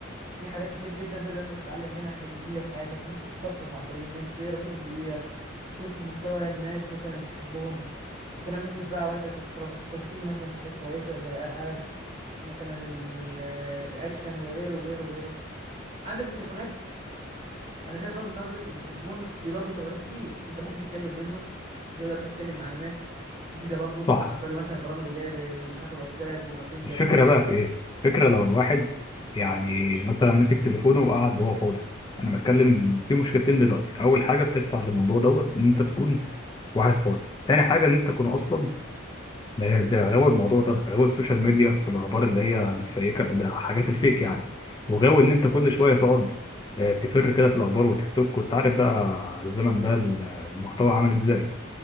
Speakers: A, on the right; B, on the left.
A: في حاجات كتير جدا تقدر انت تتعلم منها حاجات جديده في حياتك ممكن تتثقف عن طريق النت تقرا كتب جديده شوف محتوى الناس مثلا بتحبهم وكمان ممكن تضيع وقتك والترفيه مثلا في حاجات كويسه زي العاب ومثلا الرياكشن وغيره وغيره وغيره عندك تليفونات انا شايف من وجهة نظري ان التليفون ليه برضه استخدامات كتير انت ممكن تتكلم منه وتقدر انت تتكلم مع الناس جديده برضه
B: صح
A: عن طريق مثلا البرامج اللي هي زي ال- مش عارف الواتساب والماسنجر
B: الفكرة
A: والكلام
B: بقى
A: ده
B: في إيه؟ الفكرة لو الواحد يعني مثلا مسك تليفونه وقعد وهو فاضي أنا بتكلم في مشكلتين دلوقتي أول حاجة بتدفع للموضوع دوت إن أنت تكون واحد فاضي تاني حاجة إن أنت تكون أصلا ده ده غاوي الموضوع ده غاوي السوشيال ميديا والأخبار اللي هي متفيكة اللي- حاجات الفيك يعني وغاوي إن أنت كل شوية تقعد آه، تفر كده في الأخبار وتيك توك وأنت عارف بقى الزمن ده ال- المحتوى عامل إزاي